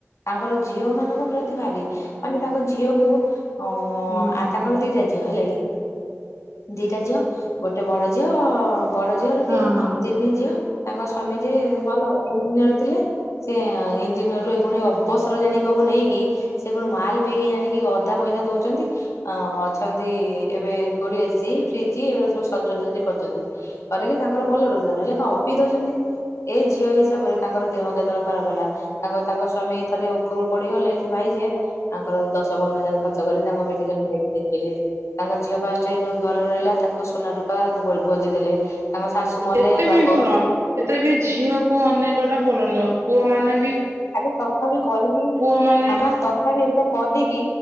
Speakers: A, on the left; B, on the right.
A: ତାଙ୍କର ଝିଅ ମାନଙ୍କ ପ୍ରତି ଭାରି ମାନେ ତାଙ୍କ ଝିଅକୁ ଅଉଁ ଆଁ
B: ହୁଁ ହୁଁ
A: ତାଙ୍କର ଦିଯା ଝିଅ ହେଲା କି ଦିଟା ଝିଅ ଗୋଟେ ବଡ ଝିଅ ବଡ ଝିଅର
B: ହଁ
A: ଦିଏ
B: ହଁ
A: ତିନି ଝିଅ ତାଙ୍କ ସ୍ଵାମୀ ଯିଏ ଭଲ ଇଞ୍ଜିନିୟର ଥିଲେ। ସେ ଇଞ୍ଜିନ ରୁ ଏଇଖୁଣି ଅବସର ଜାଣିକି କହିବୁ ନେଇକି ସେ କଣ ମାଲ ପିଇକି ଜାଣିକି ଅଧା ପଇ ସା ଦୋଉଚନ୍ତି ଆଁ ଅଛନ୍ତି ଏବେ କୋଉଠି ଏସି ଫ୍ରିଜ୍ ଏଗୁରା ସବୁ ସଜଡ଼ା ସଜି କରୁଚ କରିକି ତାଙ୍କର ଭଲ ରୋଜୋଗାର ହେଲେ କଁ ହବ ପିଇଦୋଉଚନ୍ତି। ଏଇ ଝିଅ ହିସାବରେ ତାଙ୍କର ଦେହ କେତେବେଳେ ଖରାପ ହେଲା ତାଙ୍କ ତାଙ୍କ ସ୍ଵାମୀ ଥରେ ଓପୋରୁ ପଡିିଗଲେ ସିଏ ଭାଇ ଯିଏ। ଆଙ୍କର ଦଶ ପନ୍ଦର ହଜାର ଖର୍ଚ୍ଚ କରିକି ତାଙ୍କ ମେଡିକାଲ ନେଇକି ଦେଖେଇଲେ ତାଙ୍କ ଝିଅ ଫାଷ୍ଟ ଯୋଉ ଘରେ ରହିଲା ତା କୁ ସୁନା ରୁପା ଭୋ ଭୋଜି ଦେଲେ ତାଙ୍କ ଶାଶୁ ମଲେ
B: ଏତେ
A: ବା
B: ବି ଶୁଣ ଏତେ ବି ଝିଅକୁ ଅନେଇବା ଟା ଭଲ ନୁହଁ ପୁଅ ମାନେ ବି
A: ଆଗେ ତଥାବି କରିକି
B: ପୁଅ ମାନେ
A: ହଁବା
B: ବି
A: ତଥାବି ଏତେ କହିକି